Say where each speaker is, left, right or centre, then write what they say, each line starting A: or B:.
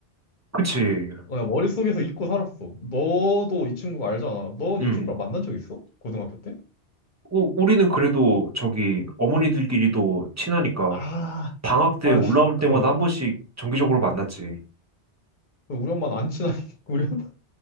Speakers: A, on the right; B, on the left.
A: 그치,
B: 그 머릿속에서 잊고 살았어. 너도 이 친구 알잖아. 넌
A: 음
B: 이 친구랑 만난 적 있어? 고등학교 때?
A: 오, 우리는 그래도 저기 어머니들끼리도 친하니까
B: 아,
A: 방학 때
B: 아,
A: 올라올 때마다
B: 그러네.
A: 한 번씩 정기적으로 만났지.
B: 우리 엄마는 안 친하니까, <laughs> 우리 엄마